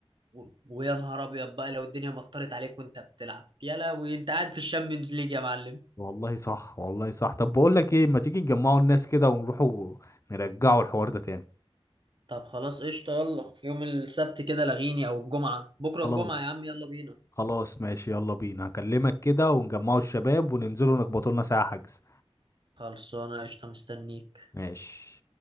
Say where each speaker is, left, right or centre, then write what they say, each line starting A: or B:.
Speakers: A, on the right (about 50°); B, on the left (about 30°).
A: و- ويا نهار ابيض بقى لو الدنيا مطرت عليك وانت بتلعب يا لهوي انت قاعد في الشامبيونز ليج يا معلم
B: والله صح والله صح طب بقول لك ايه ما تيجي نجمعوا الناس كده ونروحوا نرجعوا الحوار ده تاني
A: طب خلاص قشطة يلا يوم السبت كده لغيني او الجمعة بكرة
B: خلاص
A: الجمعة يا عم يلا بينا
B: خلاص ماشي يلا بينا هكلمك كده ونجمعوا الشباب وننزلوا نخبطوا لنا ساعة حجز
A: خلصانة قشطة مستنيك
B: ماشي